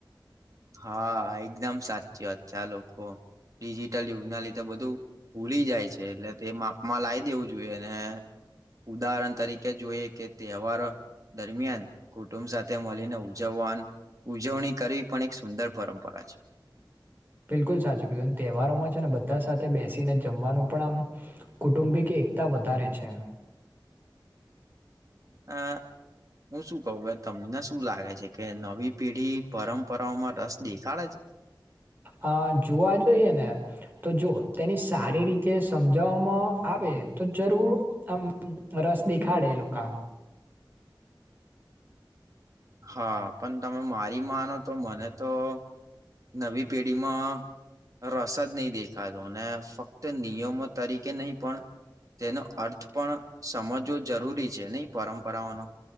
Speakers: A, on the right (about 45°); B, on the right (about 25°).
A: હા એકદમ સાચી વાત છે આ લોકો. ડિજિટલ યુગના લીધે બધું ભૂલી જાય છે એટલે તે માપ માં લાવી દેવું જોઈએ ને. ઉદાહરણ તરીકે જોઈએ કે તહેવારો દરમિયાન કુટુંબ સાથે મળીને ઉજવવા ઉજવણી કરવી પણ એક સુંદર પરંપરા છે.
B: બિલકુલ સાચું કીધું તહેવારોમાં છે ને બધા સાથે બેસીને જમવાનું પણ આમ કુટુંબિક એકતા વધારે છે.
A: <inaudible> હું શું કું કે તમને શું લાગે છે કે નવી પેઢી પરંપરાઓમાં રસ દેખાડે છે?
B: હ જોવા જોઈએ ને તો જો તેની સારી રીતે સમજવામાં આવે તો જરૂર આમ રસ દેખાડે એ લોકો.
A: હા પણ તમે મારી માનો તો મને તો નવી પેઢીમાં રસાદ નહીં દેખાતો અને ફક્ત નિયમો તરીકે નહી પણ તેનો અર્થ પણ સમજવો જરૂરી છે નહી પરંપરાઓનો.